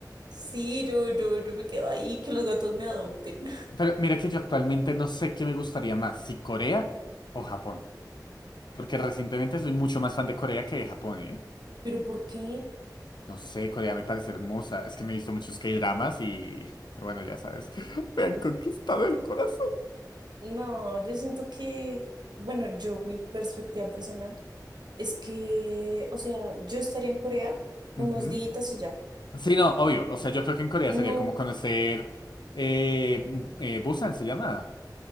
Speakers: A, on the right; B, on the left.
A: Sí, yo, yo, yo me quedo ahí, que los gatos me adopten.
B: Pero mira que yo actualmente no sé qué me gustaría más, si Corea o Japón. Porque recientemente soy mucho más fan de Corea que de Japón, ¿eh?
A: Pero ¿por qué?
B: No sé, Corea me parece hermosa. Es que me he visto muchos K-dramas y... Bueno, ya sabes, <laughs> me han conquistado el corazón.
A: No, yo siento que, bueno, yo, mi perspectiva personal es que, o sea, yo estaría en Corea unos
B: Ujú.
A: días y ya.
B: Sí, no, obvio. O sea, yo creo que en Corea
A: No,
B: sería como conocer... Eh, mm, eh, Busan se llama.